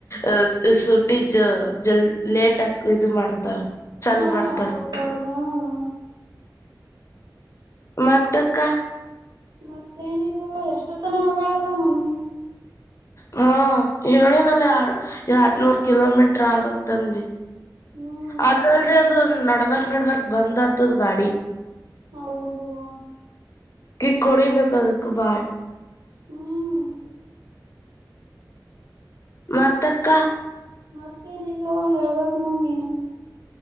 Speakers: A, on the left (about 40°); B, on the right (about 70°).
A: ಅ ಸುಟ್ಟ ಜಲ್ ಲೇಟ್ ಆಗ ಇದು ಮಾಡ್ತಾರ ಚಾಲೂ
B: ಹಾ
A: ಮಾಡ್ತರಾ
B: ಹೌದೌದಾ
A: ಮತ ಕಾ
B: ಮತ್ತೇಏನಿಿಲ್ಲವ ಎಷ್ಟೋತನ ಹೊಗಳಗಳಲ್ಲ ಮಮ್ಮಿ
A: ಹಾ ಹೇಳಿನಲ್ಲ ಎರಡ್ನೂರ್ ಕಿಲೋಮೀಟರ್ ಆದತ್ತಂದ
B: ಹ್ಮ್
A: ಅಧಲ್ಧೆ ಅದು ನಾ ನಡಬರ್ಕ್ ನಡ್ಬರ್ಕ್ ಬಂದ್ ಆತದ ಗಾಡಿ
B: ಹೌದುವಾ
A: ಕಿಕ್ ಹೋಡಿಬೇಕೇಕದಕ್ಕೆ ಬಳ್
B: ಹ್ಮ್
A: ಮತ್ತಕ್ಕ
B: ಮತ್ತೇನಲ್ವ ಹೇಳ್ಬೇಕಕ್ ನೋ ನೀನ